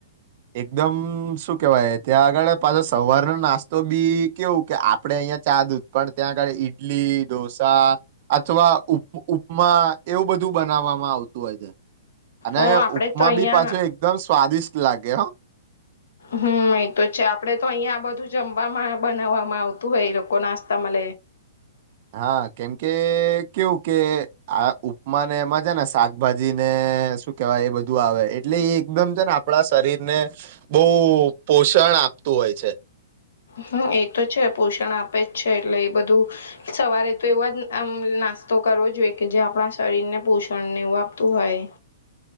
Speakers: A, on the right (about 40°); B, on the left (about 80°).
A: એકદમ શું કેવાય, ત્યાં આગળ પાછો સવારનો નાસ્તો બી કેવું કે આપડે અહીંયા ચા, દૂત પણ ત્યાં આગળ ઈડલી, ઢોસા અથવા ઉપમા એવું બધું બધું બનાવવામાં આવતું હોય, છે. અને,
B: અ આપડે
A: ઉપમા
B: તો અહિયાં
A: બી પાછો એકદમ સ્વાદિષ્ટ લાગે હ
B: હમ, અ તો છે આપડે તો અહિયાં આ બધું જમવામાં બનાવવામાં આવતું હોય એ લોકો નાસ્તા મ <inaudible>
A: હા કેમકે કેવું કે, આ ઉપમાને મજા ને શાકભાજી ને અને શું કેવાય, એ બધું આવે એટલે એ એકદમ છે ને આપણા શરીર ને બહ પોષણ આપતું હોય છે
B: હમ, એ તો છે, પોષણ આપે જ છે એટલે એ બધું સવારે તો એવા જમ નાસ્તો કરવો જોઈએ, કે જે આપણા શરીરને પોષણને, એવું આપતું હોય.